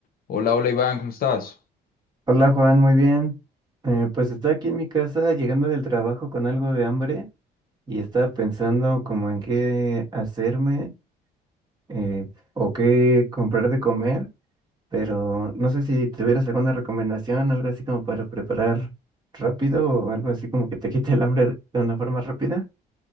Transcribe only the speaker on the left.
Hola, hola Iván, ¿cómo estás?